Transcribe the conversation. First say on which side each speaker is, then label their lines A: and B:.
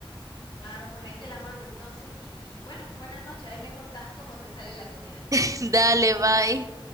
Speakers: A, on the left; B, on the right.
A: Claro, pues ahí te la mando entonces y, y bueno, buenas noches, ahí me contás cómo te sale la comida.
B: <laughs> Dale, bye.